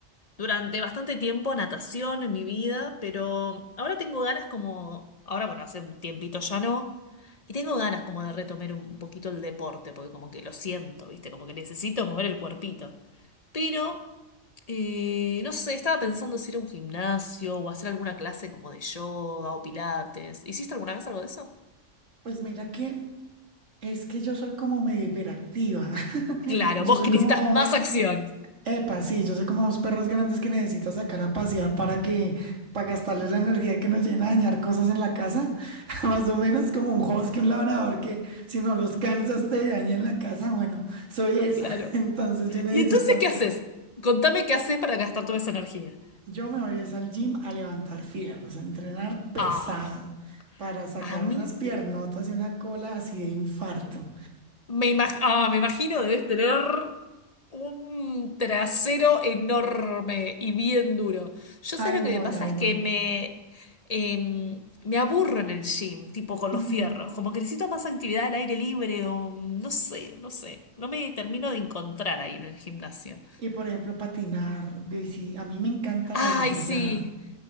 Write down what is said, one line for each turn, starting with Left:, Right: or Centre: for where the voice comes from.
Left: durante bastante tiempo natación en mi vida, pero ahora tengo ganas como, ahora bueno, hace un tiempito ya no, y tengo ganas como de retomar un poquito el deporte, porque como que lo siento, ¿viste? Como que necesito mover el cuerpito. Pero, eh, no sé, estaba pensando si ir a un gimnasio o hacer alguna clase como de yoga o pilates. ¿Hiciste alguna vez algo de eso?
Right: Pues mira que es que yo soy como medio hiperactiva. <laughs>
Left: Claro,
Right: Yo
Left: vos
Right: soy
Left: que
Right: como,
Left: necesitas más
Right: <laughs>
Left: acción.
Right: Epa, sí, yo sé como dos perros grandes que necesitas sacar a pasear para que, para gastarles la energía que nos llena a dañar cosas en la casa. <laughs> Más o menos como un husky, un labrador que si no los cansas te daña en la casa. Bueno, soy esa.
Left: Claro.
Right: <laughs> Entonces yo necesito,
Left: ¿Y entonces qué haces? Contame qué haces para gastar toda esa energía.
Right: yo me voy a ir al gym a levantar fierros, a entrenar pesado
Left: Ah,
Right: para sacar
Left: a mí
Right: unas piernotas y una cola así de infarto.
Left: Me imag- ah, me imagino debes tener un trasero enorme y bien duro. Yo
Right: Ahí
Left: sé lo
Right: voy,
Left: que me pasa
Right: ahí
Left: es
Right: voy.
Left: que me, em, me aburro en el gym, tipo con los
Right: Ujú.
Left: fierros. Como que necesito más actividad al aire libre o no sé, no sé. No me termino de encontrar ahí en el gimnasio.
Right: Y por ejemplo, patinar, bici. A mí me encanta
Left: Ay,
Right: la bici,
Left: sí.
Right: o sea,